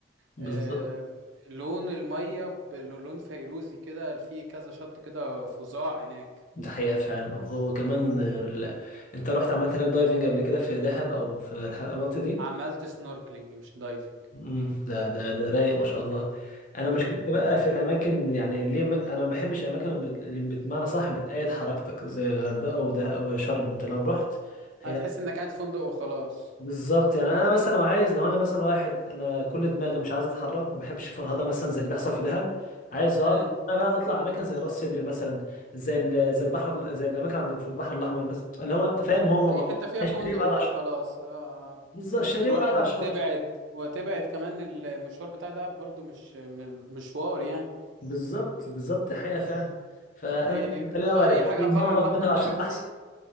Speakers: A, on the left; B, on the right.
A: بالظبط
B: آه، لون المية بلون فيروزي كده في كذا شط كده فظاع هناك
A: ده حقيقة فعلا وخ- وكمان غير ال... انت رحت عملت هناك دايفنج قبل كده في دهب او في الح- المناطق دي
B: عملت سنوركلينج مش دايفنج
A: امم ده ده ده رايق ما شاء الله انا
B: امم
A: مشكلتي بقى في الاماكن يعني ليه ما... انا ما بحبش الاماكن اللي بت- اللي بمعنى صح بتأيد حركتك زي الغردقة وده وشرم انت لو رحت هي
B: هتحس انك قاعد في فندق وخلاص
A: بالظبط يعني انا مثلا لو عايز لو انا مثلا واحد انا كل دماغي مش عايز اتحرك ما بحبش فرهده مثلا زي اللي بيحصل في دهب عايز اقعد
B: امم
A: انا بقى اطلع اماكن زي راس سدر مثلا زي ال- زي البحر ال- زي الاماكن عند في البحر الاحمر بس اللي هو انت فاهم هم
B: اي
A: ما
B: حتة فيها فندق
A: شاليه وقاعد
B: بقى
A: على الشط
B: وخلاص اه اه
A: بالظبط
B: مش
A: شاليه
B: تروح
A: وقاعد على الشط
B: تبعد وتبعد كمان المشوار بتاع ده برضو مش م- مشوار يعني
A: بالظبط بالظبط دي حقيقه فعلا فانا
B: يعني
A: خليني
B: في
A: اقعد على
B: اي
A: البسين
B: حاجة على البحر
A: هو ربنا
B: الأحمر الحاجات
A: على الشط
B: دي